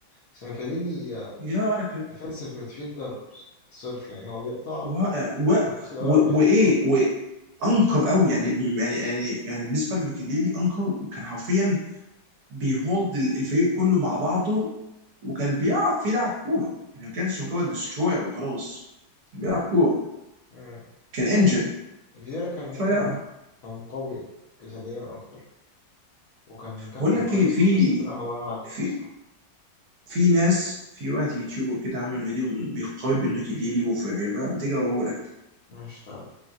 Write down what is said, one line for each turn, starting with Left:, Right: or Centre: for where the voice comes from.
Left: بس ميكاليلي
Right: يا وانا كده
Left: ديفensive ميدفيلدر صرف يعني هو بيقطع
Right: واقع و...
Left: ويبصي لاقرب
Right: و...
Left: لعيب
Right: وايه
Left: وخلاص
Right: وانكر قوي يعني يعني يعني يعني بالنسبه لميكيليلي انكر كان حرفيا بيهولد ال- الفريق كله مع بعضه وكان بيعرف يلعب كوره يعني ما كانش مجرد دستروير وخلاص كان بيلعب كوره
Left: مم.
Right: كان انجن
Left: يعني فييرا كان ممكن
Right: فيا
Left: كان قوي جسديا اكتر وكان كابتن
Right: بقول لك
Left: كويس
Right: ايه في
Left: بس لا هو بعديهم
Right: في
Left: الصراحه
Right: في ناس في واحد يوتيوبر كده عامل فيديو بيقارن بين ميكيليلي وفيريرا بتيجي اقول لك
Left: مش